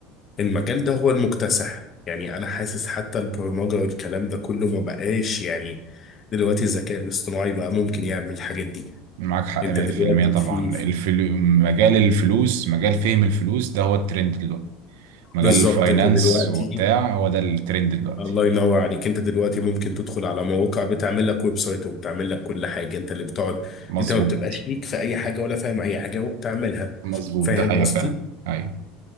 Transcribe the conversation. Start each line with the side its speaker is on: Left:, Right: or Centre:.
Left: المجال ده هو المكتسح يعني انا حاسس حتى البرمجه والكلام ده كله ما بقاش يعني دلوقتي الذكاء الاصطناعي بقى ممكن يعمل الحاجات دي
Right: معاك حق
Left: انت
Right: 100%
Left: دلوقتي
Right: طبعا
Left: في
Right: الفلو... مجال الفلوس مجال فهم الفلوس ده هو الترند دلوقتي مجال
Left: بالظبط
Right: الفاينانس
Left: انت دلوقتي
Right: وبتاع هو ده الترند دلوقتي
Left: الله ينور عليك انت دلوقتي ممكن تدخل على مواقع بتعمل لك ويب سايت وبتعمل لك كل حاجه انت اللي بتقعد
Right: مظبوط
Left: انت ما بتبقاش ليك في اي حاجه ولا فاهم اي حاجه وبتعملها
Right: مظبوط
Left: فاهم
Right: ده حقيقة
Left: قصدي
Right: فعلا ايوه